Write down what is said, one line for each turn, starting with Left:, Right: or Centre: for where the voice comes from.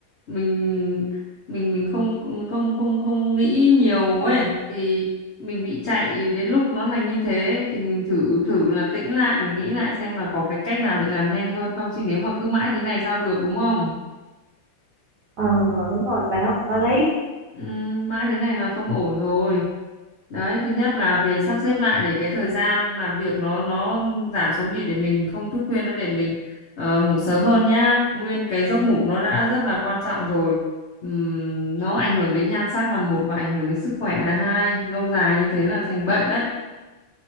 Left: mình mình mình không không không không nghĩ nhiều ấy thì mình bị chạy đến lúc nó thành như thế thì mình thử thử là tĩnh lại mình nghĩ lại xem là có cái cách nào để làm nhanh hơn không chứ nếu mà cứ mãi thế này sao được đúng không
Right: ờ rồi đúng rồi và nó cũng có lấy
Left: Ừ, mãi thế này là không ổn rồi. Đấy, thứ nhất là về sắp xếp lại để cái thời gian làm việc nó nó giảm xuống đi để mình không thức khuya nữa để mình ờ, ngủ sớm hơn nhá. Nguyên cái giấc ngủ nó đã rất là quan trọng rồi. Ừm, nó ảnh hưởng đến nhan sắc là một và ảnh hưởng đến sức khỏe là hai. Lâu dài như thế là thành bệnh đấy.